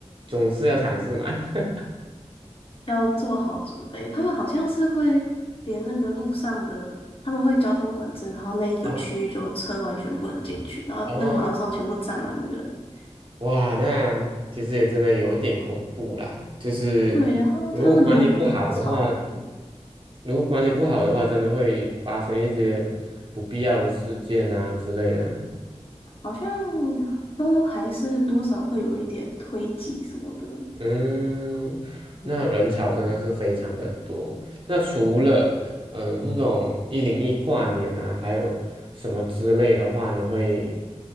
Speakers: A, on the right; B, on the left.
A: 总是要尝试嘛。<laughs>
B: 要做好准备。他们好像是会连那个路上的，他们会交通管制，然后那一个区域就车完全不能进去，
A: 啊，
B: 然后那个马路上全部站满了人。
A: 哦，哇，那其实也真的有点恐怖啦。
B: 对
A: 就是如果管理不好的话，
B: 对，然后他们的那个连草，嗯
A: 如果管理不好的话，真的会发生一些不必要的事件啊之类的。
B: 好像都还是多少会有一点推挤什么的。
A: 嗯，那人潮真的是非常的多。
B: 嗯，
A: 那除了嗯、呃这种一零一跨年啊，还有什么之类的话，你会